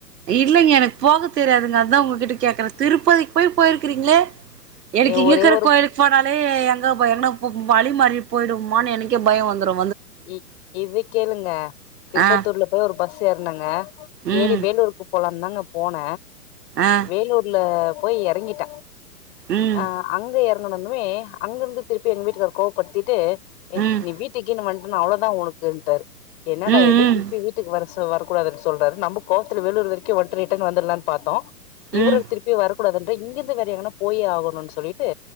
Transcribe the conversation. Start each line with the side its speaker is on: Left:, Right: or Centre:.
Right: இல்லைங்க எனக்கு போக தெரியாதுங்க அதா உங்ககிட்ட கேக்குற திருப்பதிக் போய் போய்ருக்குறீங்ளே எனக்கு
Left: ஏ
Right: இங்க
Left: ஒரே
Right: இக்குற
Left: ஒரு
Right: கோயிலுக் போனாலே எங்கப எங்கனா பு பு வழி மாறி போய்டும்மான்னு எனக்கே பய வந்துரு
Left: இ இத கேளுங்க திருப்பத்தூர்ல
Right: ஆ
Left: போய் ஒரு பஸ் ஏற்னங்க
Right: ம்
Left: ஏறி வேலூருக்கு போலான்ந்தாங்க போன
Right: ஆ
Left: வேலூர்ல போய் எறங்கிட்ட
Right: ம்
Left: அ அங்க எறங்குனந்துமே அங்கர்ந்து திர்ப்பி எங்க வீட்டுக்கார் கோவப்பட்த்திட்டு ஏ
Right: ம்
Left: நீ வீட்டிக்கீன் வன் அவ்ளோதா ஒனக்குன்டார் என்னடா
Right: ம்
Left: இது திர்ப்பி
Right: ம்
Left: வீட்டுக் வரசு வர கூடாதுன் சொல்றாரு நம்மு கோவத்துல வேலூர் வெரிக்கு வந்ட்டு ரிட்டன் வந்துர்லான் பாத்தோ இவரு
Right: ம்
Left: திர்ப்பி வர கூடாதுன் இங்கிந்து வேற எங்கனா போயே ஆகணுன் சொல்லிட்டு